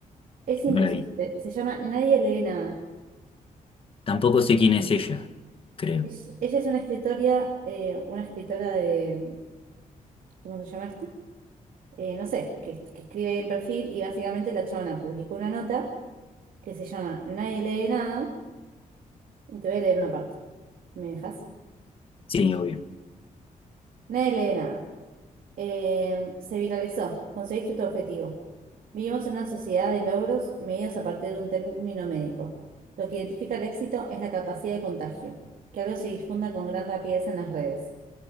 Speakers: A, on the right; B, on the left.
A: Es impresionante.
B: no la vi.
A: Se llama Nadie lee nada.
B: Tampoco sé quién es ella, creo.
A: Es- ella es una escritora, una escritora de, ¿cómo se llama esto? Eh, no sé, que, que escribe ahí en perfil y básicamente la chabona publicó una nota que se llama Nadie lee nada y te voy a leer una parte. ¿Me dejas?
B: Sí, obvio.
A: Nadie lee nada. Eh, se viralizó. Conseguiste tu objetivo. Vivimos en una sociedad de logros medidos a partir de un término médico. Lo que identifica el éxito es la capacidad de contagio, que algo se difunda con gran rapidez en las redes.